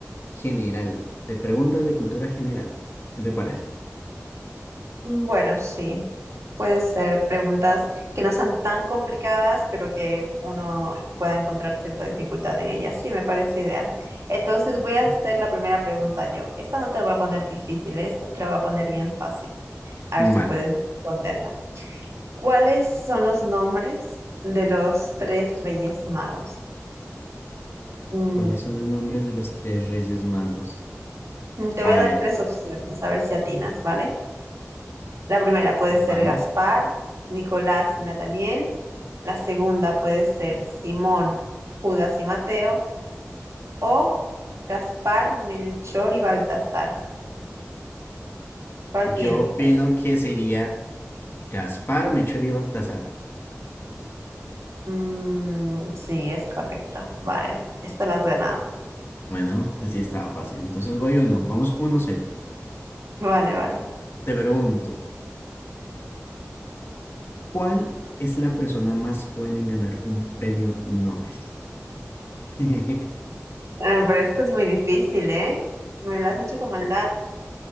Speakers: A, on the left; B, on the right.
A: general, de preguntas de cultura general. ¿Qué te parece?
B: Mm, Bueno, sí, puede ser preguntas que no sean tan complicadas, pero que uno pueda encontrar cierta dificultad en ellas. Sí, me parece ideal. Entonces,
A: Mm,
B: voy
A: Vale.
B: a hacer la primera pregunta yo. Esta no te la voy a poner difícil, esta te la voy a poner bien fácil. A
A: Vale.
B: ver si puedes responderla. ¿Cuáles son los nombres de los tres reyes magos? Mm,
A: ¿Cuáles son los nombres de los tres reyes magos?
B: te
A: A
B: voy a dar
A: ver,
B: tres opciones, a ver si atinas, ¿vale? La primera puede
A: vale.
B: ser Gaspar, Nicolás y Nataniel. La segunda puede ser Simón, Judas y Mateo. O Gaspar, Melchor y Baltasar. ¿Cuál
A: Yo
B: piensas?
A: opino que sería Gaspar, Melchor y Baltasar.
B: Mm, sí, es correcto. Vale, esto lo has ganado.
A: Bueno, así estaba fácil. Entonces voy uno. Vamos uno cero.
B: Vale, vale.
A: Te pregunto, ¿cuál es la persona más joven en ganar un premio Nobel? <laughs>
B: Ah, pero esto es muy difícil, ¿eh? Me lo has hecho con maldad.